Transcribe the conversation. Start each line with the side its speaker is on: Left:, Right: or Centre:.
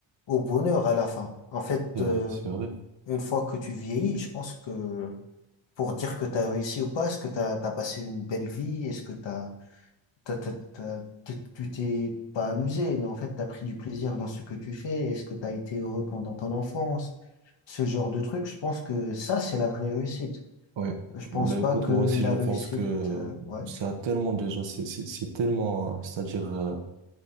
Left: au bonheur à la fin. En fait,
Right: c'est
Left: euh,
Right: vrai, c'est vrai.
Left: une fois que tu vieillis, je pense que pour dire que tu as réussi ou pas, est-ce que tu as, passé une belle vie? Est-ce que tu as, t'as- t'as- t'as- t'es- tu t'es pas amusé, mais en fait, tu as pris du plaisir dans ce que tu fais. Est-ce que tu as été heureux pendant ton enfance? Ce genre de truc, je pense que ça, c'est la vraie réussite.
Right: Ouais.
Left: Je pense
Right: Ben
Left: pas
Right: écoute,
Left: que
Right: moi aussi,
Left: la
Right: je pense
Left: réussite,
Right: que euh,
Left: euh, ouais,
Right: ça a tellement déjà, c'est c'est- c'est tellement, euh, c'est-à-dire euh,